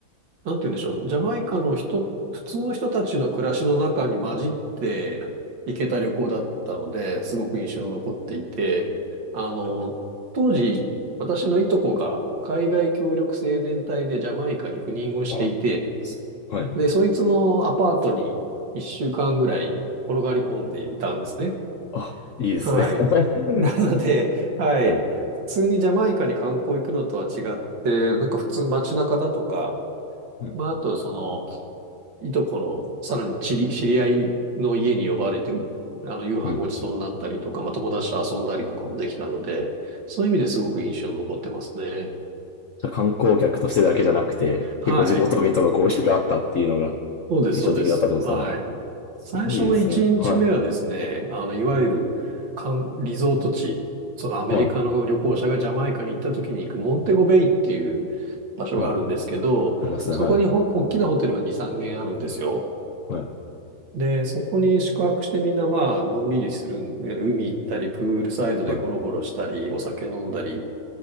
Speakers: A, on the right; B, on the left.
A: なんて言うんでしょう。ジャマイカの人、普通の人たちの暮らしの中に混じって行けた旅行だったので、すごく印象に残っていて、あの、当時、私のいとこが海外協力青年隊でジャマイカに赴任をしていて、
B: あ、はい。
A: で、そいつのアパートに1週間ぐらい転がり込んでいたんですね。
B: あ、いいですね。
A: はい。<laughs>
B: <laughs>
A: なので、はい。
B: はい。
A: 普通にジャマイカに観光行くのとは違って、なんか普通街中だとか、
B: うん。
A: まあ、あとその、いとこの、さらに知り、知り合いの家に呼ばれて、あの、夕飯ごちそうになったりとか、
B: うん。じ
A: まあ、友達と遊んだりとかもできたので、そういう意味ですごく印象に残ってますね。
B: ゃあ観光客としてだけじゃなくて、
A: はい。
B: 結構地元民との交流があったっていうのが
A: そうです、
B: 印象的だったってことですね。
A: そうです。はい。
B: あ、すごいですね。
A: 最初の1日目はですね、
B: はい。
A: あの、いわゆる、観リゾート地、そのアメリカの旅行者がジャマイカに行った時に行くモンテゴベイっていう
B: はい。
A: 場所があるんですけど、
B: はい。ありますね。
A: そこにほ大きなホテルが2、
B: はい。
A: 3軒あるんですよ。
B: はい。
A: で、そこに宿泊してみんなまあ、のんびりするんで、海行ったり、プールサイドでゴロゴロしたり、
B: はい。
A: お酒飲んだり。